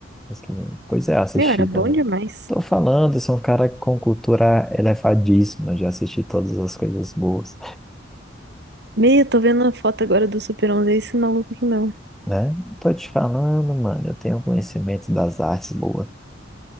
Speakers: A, in the centre; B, on the right.
A: Mas que- Pois é, assisti
B: Meu, era
A: também.
B: bom demais.
A: Tô falando, sou um cara com cultura elevadíssima, já assisti todas as coisas boas,
B: Meu, tô vendo a foto agora do Super 11, é esse maluco aqui mesmo.
A: né? Tô te falando, mano, eu tenho conhecimento das artes boas.